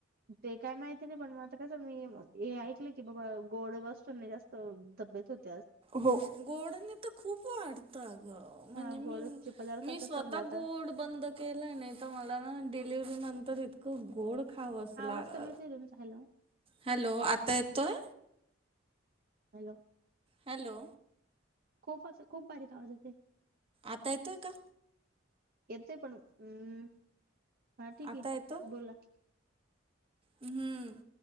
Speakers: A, on the right; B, on the right.
A: ते काय माहिती नाही पण मग आता कसं मी हे ऐकलं की बाबा गोड वस्तूनी जास्त तब्येत होती
B: हो गोडने तर खूप वाढतं ग
A: हा
B: म्हणजे मी
A: गोडचे पदार्थाचा
B: मी स्वतः
A: समजा आता
B: गो गोड बंद केलय ना तर मला ना डिलिव्हरी नंतर इतकं गोड खावस
A: आवाज
B: ला
A: कमी
B: अ.
A: येतोय तुमचा हॅलो
B: हॅलो आता येतोय
A: हॅलो
B: हॅलो
A: खूप असं खूप बारीक आवाज येतोय
B: आता येतोय का
A: येतय पण हम हा ठीक
B: आता
A: आहे
B: येतो?
A: बोला
B: हम्म